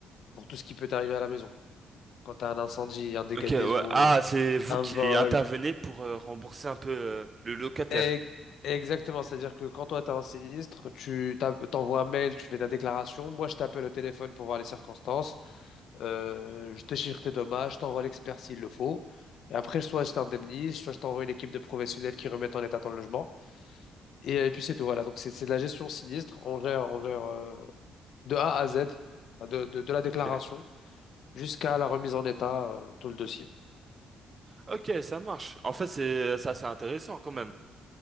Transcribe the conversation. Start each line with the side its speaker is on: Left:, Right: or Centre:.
Left: pour tout ce qui peut t'arriver à la maison. Quand tu as un incendie, un dégât
Right: Ok, ouais.
Left: des eaux,
Right: Ah,
Left: euh,
Right: c'est vous
Left: un
Right: qui
Left: vol.
Right: intervenez pour euh, rembourser un peu euh, le locataire.
Left: Et- exactement, c'est-à-dire que quand toi tu as un sinistre, tu t'as- t'envoies un mail, tu fais ta déclaration, moi je t'appelle au téléphone pour voir les circonstances. Euh, je te chiffre tes dommages, je t'envoie l'expert s'il le faut. Et après, soit je t'indemnise, soit je t'envoie une équipe de professionnels qui remettent en état ton logement. Et, euh, et puis c'est tout, voilà. Donc c'est c'est de la gestion sinistre. On gère, on gère euh, de A à Z, enfin, de, de, de la déclaration
Right: Ok.
Left: jusqu'à la remise en état, euh, tout le dossier.
Right: Ok, ça marche. En fait, c'est ça, c'est intéressant quand même.